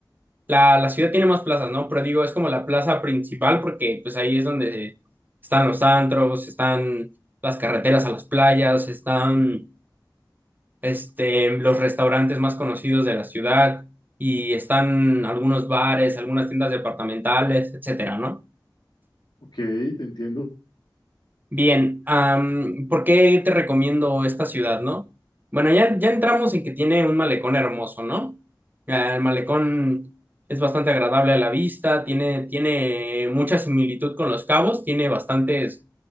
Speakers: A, on the right (about 25°); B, on the left (about 70°).
A: la, la ciudad tiene más plazas, ¿no? Pero digo, es como la plaza principal porque pues ahí es donde están los antros, están las carreteras a las playas, están este, los restaurantes más conocidos de la ciudad y están algunos bares, algunas tiendas departamentales, etcétera, ¿no?
B: Ok, te entiendo.
A: Bien, am, ¿por qué te recomiendo esta ciudad, no? Bueno, ya, ya entramos en que tiene un malecón hermoso, ¿no? Ah, El malecón es bastante agradable a la vista, tiene, tiene mucha similitud con Los Cabos, tiene bastantes,